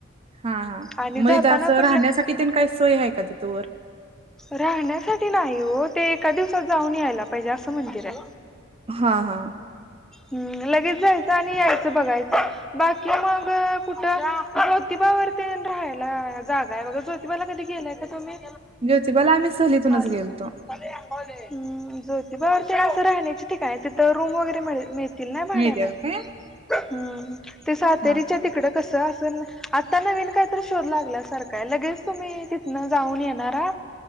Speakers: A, on the right; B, in the centre.
A: हा हा हा
B: आणि
A: म
B: जाताना
A: तिथं असं
B: पण
A: राहण्यासाठी
B: लई
A: तेन काय सोय हाय का तिथं वर
B: राहण्यासाठी नाय ओ ते एका दिवसात जाऊन यायला पाहिजे असं मंदिरय <inaudible>
A: हा हा
B: हम् लगेच जायचं आणि यायचं बघायचं बाकी मग अ.. कुठं जोतिबा <unintelligible> राहायला जागाय बगा जोतिबा ला कधी गेलाय का तुम्ही
A: ज्योतिबाला आम्ही सहलीतूनच
B: बर हं
A: गेलतो.
B: जोति ते <unintelligible> ते असं राहण्याची ठिकाणंयत तिथं रूम वगैरे मिळ- मिळतील ना भाड्यानं
A: मिळत्यात काय
B: हम्म ते सातेरीच्या
A: हा
B: तिकडं कसं असं न आत्ता नवीन काय तर शोध लागल्यासारखय लगेच तुम्ही तिथनं जाऊन येणारा,